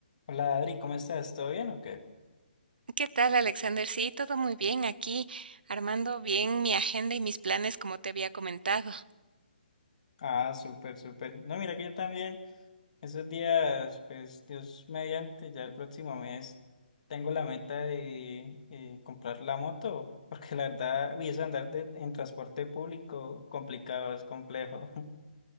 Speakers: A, on the left; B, on the right.
A: Hola Adri, ¿cómo estás? ¿Todo bien o qué?
B: ¿Qué tal, Alexander? Sí, todo muy bien aquí, armando bien mi agenda y mis planes como te había comentado.
A: Ah, súper, súper. No, mira que yo también, esos días, pues Dios mediante, ya el próximo mes tengo la meta de eh, comprar la moto, <laughs> porque la verdad, uy, eso de andar de- en transporte público complicado, es complejo. <laughs>